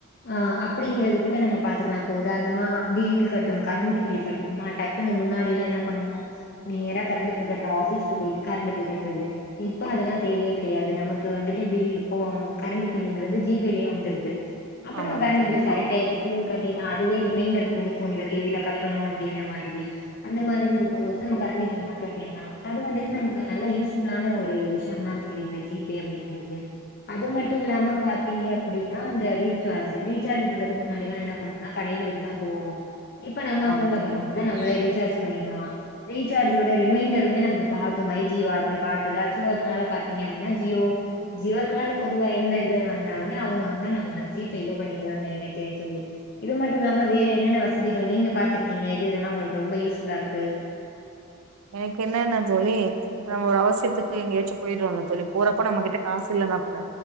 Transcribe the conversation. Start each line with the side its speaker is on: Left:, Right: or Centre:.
Left: அ அப்டிங்கறது கூட நம்ம பாத்துக்கலா இப்ப உதாரணமா பில் கட்டணு கரண்ட் பில் கட்டணும்மா டக்குன்னு முன்னாடிலா என்ன பண்ணுவோ நேரா கரண்ட் பில் கட்ற ஆஃபீஸ்கு போயிட்டு கரண்ட் பில் கட்றது இப்ப அதெல்லா தேவயே கெடையாது நமக்கு வந்துட்டு பில் போ கரண்ட் பில்ங்குறது ஜி பே லயே வந்துருது அப்ப
Right: ஆமாங்க
Left: நம்ம கரண்டு
Right: தோழி
Left: பில் கரெட் டயத்துக்கு கட்டிர்லா அ அதுவே ரிமைண்டர் குடுக்கு இந்த தேதில கட்டணு அப்டிங்க மாதிரி அந்த மாதிரி இருக்கும்போது நம்ம கரண்டு பில்லா கட்டிர்லா அது வந்துட்டு நமக்கு நல்ல யூஸ்ஃபுள்ளானா ஒரு விஷ்யந் தான் தோழி இந்த ஜீ பே அப்டிங்கிறது அது மட்டு இல்லாம பாத்தீங்க அப்டினா அந்த ரீட் சார்ஜ் ரீசார்ஜ் பண்றதுக்கு முன்னாடில்லா என்ன பண்ணணுனா கடைகளுக்கு தா போவோ இப்ப நம்ம அக்கவுண்ட்ல
Right: ஆமாங்க தோழி
Left: பணம் இருந்தா நம்ளே ரீசார்ஜ் பண்ணிக்லா ரீசார்ஜோட ரிமைண்டருமே நமக்கு காட்டு மை ஜியோ ஆப்ல காட்டுது அதுசும்மா அதனால பாத்தீங்க அப்டின்னா ஜியோ ஜியோ இருக்கா இல்ல பொதுவா எந்த இது வந்தாலுமே அவுங்க அவுங்க நம்ம ஜீப் கையிலேயே பண்ணிக்லான் நெனைக்கிறே தோழி இது மட்டு இல்லாம வேற என்னென்ன வசதிகள் நீங்க பாத்திருக்கீங்க எது எதெல்லா உங்களுக்கு ரொம்ப யூஸ்ஃபுல்லா இருக்கு.
Right: எனக்கு என்னன்னா தோழி நம்ப ஒர் அவசியத்துக்கு எங்கியாச்சி போயிறோல்ல தோழி போறப்ப நம்ம கிட்ட காசு இல்லன்னா கூட